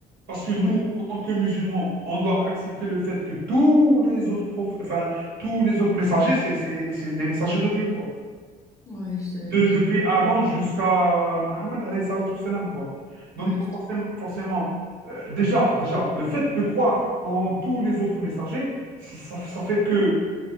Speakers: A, on the right (about 75°); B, on the left (about 20°).
A: Parce que nous,
B: ouais,
A: en tant que musulmans, on doit accepter le fait que tous les autres prophètes, enfin, tous les autres messagers, c'est c'est- c'est des messagers de Dieu, quoi.
B: ouais, je,
A: De-
B: je-
A: depuis Adam jusqu'à Mohammed, alayhi salatu wassalam, quoi. Donc,
B: ouais, je
A: forcément,
B: te-
A: forcément euh, déjà, déjà, le fait de croire en tous les autres messagers, ça, ça fait que